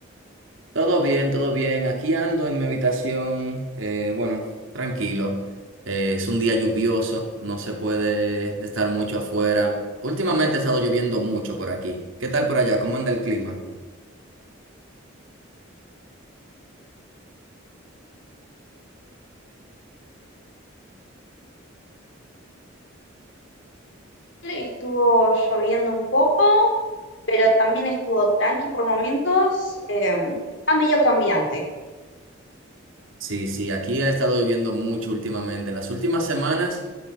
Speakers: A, on the right (about 75°); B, on the left (about 60°).
A: Todo bien, todo bien. Aquí ando en mi habitación, eh, bueno, tranquilo. Eh, es un día lluvioso, no se puede estar mucho afuera. Últimamente ha estado lloviendo mucho por aquí. ¿Qué tal por allá? ¿Cómo anda el clima?
B: Estuvo lloviendo un poco, pero también estuvo tranqui por momentos. eh, está medio cambiante.
A: Sí, sí, aquí ha estado lloviendo mucho últimamente. Las últimas semanas